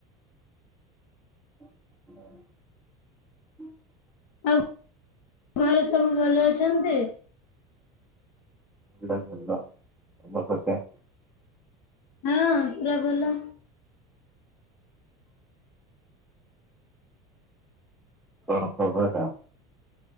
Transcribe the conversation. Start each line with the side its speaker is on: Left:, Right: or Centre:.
Centre: <inaudible>
Left: ଆଉ ଘରେ ସବୁ ଭଲ ଅଛନ୍ତି?
Centre: ଲ ଭଲ ତମପତା?
Left: ହଁ ପୁରା ଭଲ।
Centre: କଣ ଖବର୍ କଣ?